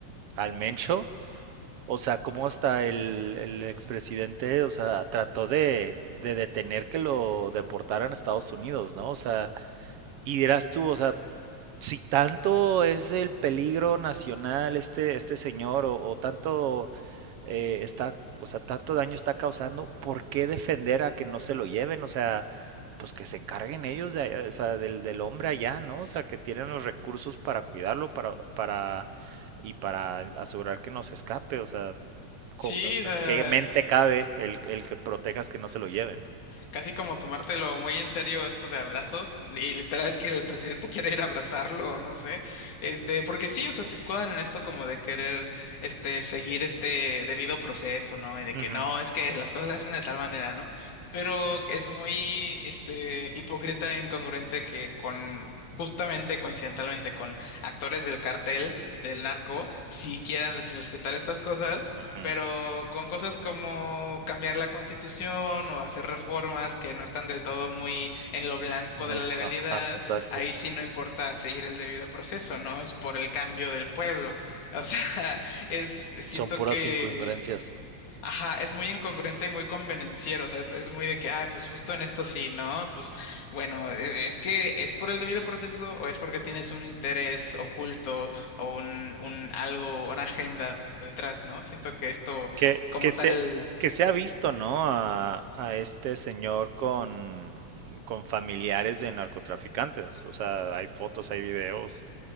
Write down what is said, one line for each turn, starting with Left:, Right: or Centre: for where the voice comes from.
Right: al Mencho, o sea, como hasta el, el expresidente, o sea, trató de, de detener que lo deportaran a Estados Unidos, ¿no? O sea, y dirás tú, o sea, Si tanto es el peligro nacional este, este señor o, o tanto eh, está, o sea, tanto daño está causando, ¿por qué defender a que no se lo lleven? O sea, pues que se encarguen ellos de- eh, o sea, del, del hombre allá, ¿no? O sea, que tienen los recursos para cuidarlo, para, para, y para asegurar que no se escape. O sea, co-
Left: Sí,
Right: eh,
Left: o sea,
Right: ¿en qué mente cabe el, el que protejas que no se lo lleven?
Left: casi como tomártelo muy en serio esto de abrazos y literal que el presidente <laughs> quiere ir a abrazarlo, o no sé, este, porque sí, o sea, se escudan en esto como de querer, este, seguir este debido proceso, ¿no? Y de
Right: Ujú,
Left: que no, es que las cosas se hacen de tal manera, ¿no? Pero es muy, este, hipócrita e incongruente que con... Justamente coincidentalmente con actores del cartel del narco, si quieran este, respetar estas cosas,
Right: ujú,
Left: pero con cosas como cambiar la constitución o hacer reformas que no están del todo muy en lo blanco
Right: Muy,
Left: de la legalidad,
Right: ajá, exacto.
Left: ahí sí no importa seguir el debido proceso, ¿no? Es por el cambio del pueblo. O sea, <laughs> es, siento
Right: Son puras
Left: que...
Right: incongruencias.
Left: Ajá, es muy incongruente y muy convenenciero, o sea, es, es muy de que, ah, pues justo en esto sí, ¿no? Pues bueno, e- es que es por el debido proceso o es porque tienes un interés oculto o un, un algo, una agenda detrás, ¿no? Siento que esto
Right: Que,
Left: como
Right: que se,
Left: tal,
Right: que se ha visto, ¿no? A, a este señor con, con familiares de narcotraficantes. O sea, hay fotos, hay videos